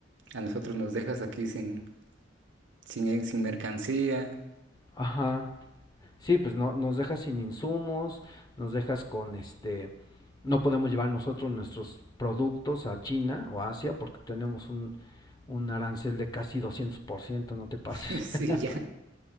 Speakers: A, on the right; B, on the left.
A: a nosotros nos dejas aquí sin, sin, eh, sin mercancía.
B: Ajá. Sí, pues no, nos dejas sin insumos, nos dejas con este, no podemos llevar nosotros nuestros productos a China o Asia porque tenemos un, un arancel de casi doscientos por ciento no te pases.
A: <laughs> Sí,
B: <laughs>
A: ya.